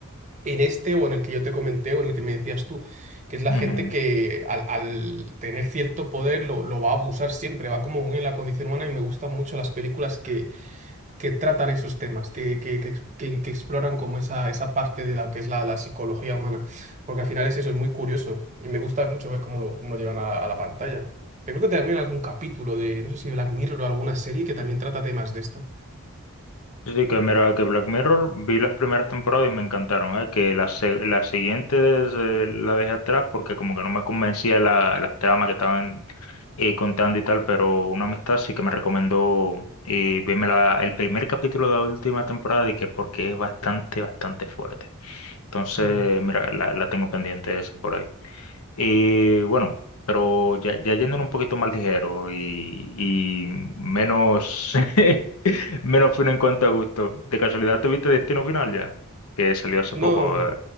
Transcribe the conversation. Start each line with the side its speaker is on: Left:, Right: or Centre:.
Right: en este o en el que yo te comenté o en el que me decías tú, que es la
Left: ujú.
Right: gente que al, al tener cierto poder lo, lo va a abusar siempre, va como muy en la condición humana y me gustan mucho las películas que que tratan esos temas, que, que- que ex- que- que exploran como esa, esa parte de lo que es la, la psicología humana. Porque al final es eso, es muy curioso. Y me gusta mucho ver cómo lo, cómo lo llevan a la, a la pantalla. Te creo que también algún capítulo de, no sé si Black Mirror o alguna serie que también trata temas de esto.
Left: Sí, sí, que mira, que Black Mirror vi las primeras temporadas y me encantaron, ¿eh? Que las, se- las siguientes eh, la dejé atrás porque como que no me convencía la, las tramas que estaban eh, contando y tal, pero una amistad sí que me recomendó eh, verme la- el primer capítulo de la última temporada y que porque es bastante, bastante fuerte. Entonces,
Right: Mm.
Left: mira, la, la tengo pendiente esa por ahí. Y bueno, pero ya, ya yéndonos un poquito más ligero y, y menos... <laughs> Menos fino en cuanto a gusto. ¿De casualidad tuviste Destino Final ya? Que salió hace
Right: No,
Left: poco. eh,